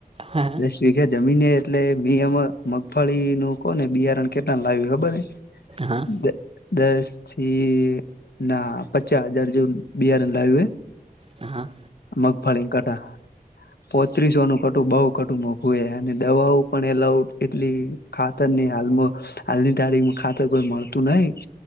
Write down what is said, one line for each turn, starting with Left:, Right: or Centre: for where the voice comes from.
Right: હા
Left: દસ વિઘા જમીન એ એટલે મે એમ મગફળીનું કોને બિયારણ કેટલા લાવ્યું ખબર હે?
Right: હા
Left: દ દસથી ના પચાસ હજાર જેવું બિયારણ લાવ્યું હે.
Right: હા.
Left: મગફળીન કટા ક પાત્રીસોનું કટું બહુ કટું મોઘું હે અને દવાઓ પણ એ લઉ એટલી ખાતરની એ હાલમાં હાલની તારીખમ ખાતર કોઈ મળતું નહી